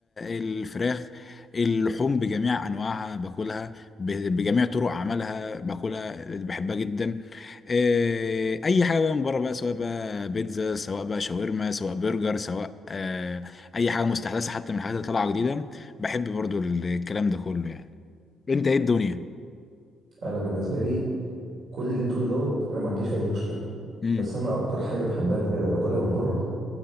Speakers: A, on the left; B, on the right.
A: الفراخ اللحوم بجميع انواعها باكلها ب- بجميع طرق عملها باكلها بحبها جدا آه، اي حاجه بقى من بره بقى سواء بقى بيتزا سواء بقى شاورما سواء برجر سواء آه، اي حاجه مستحدثه حتى من الحاجات اللي طالعه جديده بحب برضو الكلام ده كله يعني انت ايه الدنيا
B: انا بالنسبه لي كل اللي انت تقوله دوت انا ما عنديش فيه اي مشكله
A: مم.
B: بس انا اكتر حاجه بحبها فعلا اكلها من بره